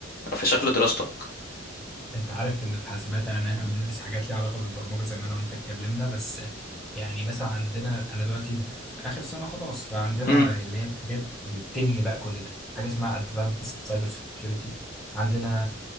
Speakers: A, on the left; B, in the centre.
A: في
B: مم.
A: شكل دراستك
B: انت عارف ان في حاسبات يعني احنا بندرس حاجات ليها علاقه بالبرمجه زي ما انا وانت اتكلمنا بس يعني مثلا عندنا انا دلوقتي في اخر سنه خلاص فعندنا
A: امم
B: اللي هي الحاجات اللي بتنهي بقى كل ده حاجه اسمها ادفانسد سايبر سكيورتي عندنا